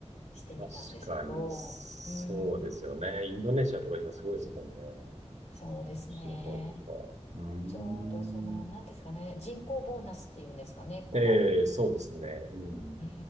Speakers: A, on the left (about 80°); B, on the right (about 75°).
A: してみたんですけど、
B: 確かに、そうですよね。
A: うん、
B: インドネシアとか今すごいですもんね。こ
A: そうですね。
B: っちの方とか。うん。
A: ちょうどその、なんですかね、人口ボーナスっていうんですかね、この、
B: ええ、そうですね。うん。
A: う